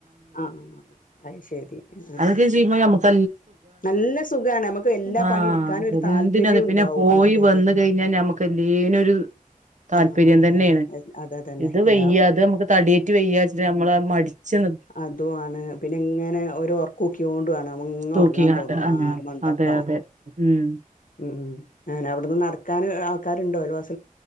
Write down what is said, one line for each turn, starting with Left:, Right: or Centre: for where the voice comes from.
Left: ആ അഅ് ശരി ആ
Right: അതൊക്കെ ചെയ്യുമ്പോ നമുക്ക്
Left: നല്ല സുഖാണ് നമുക്ക് എല്ലാ
Right: ആ
Left: പണി എടുക്കാനും ഒരു
Right: എന്തിനും
Left: താല്പര്യം
Right: അതെ
Left: ഉണ്ടാവും
Right: പിന്നെ പോയി
Left: അതെ
Right: വന്ന്
Left: അതെ
Right: കഴിഞ്ഞാ നമ്മുക്ക് എല്ലേനൊരു താല്പര്യം
Left: ആ അതെ,
Right: തന്നേണ്
Left: അതെ. അത് അതന്നെ.
Right: ഇത് വയ്യ
Left: എല്ലാ
Right: അത് നമുക്ക് തടിയേറ്റ് വയ്യാച്ച്ട്ട് നമ്മൾ മടിച്ച് നി
Left: അതും ആണ് പിന്നെ ഇങ്ങനെ ഒരു ഒറക്കൂക്ക്യോണ്ടുവാണ് ഔങ്ങ്
Right: തൂക്കിങ്ങാണ്ട്
Left: ഒറങ്ങാൻ തോന്നും
Right: ആഹ്
Left: ആ ഒരു മന്ദപ്പാണ്.
Right: അതെ അതെ ഉം
Left: ഉം അങ്ങനെ അവിടുന്ന് നടക്കാൻ ആൾക്ക ആര്ണ്ടോ അയൽവാസി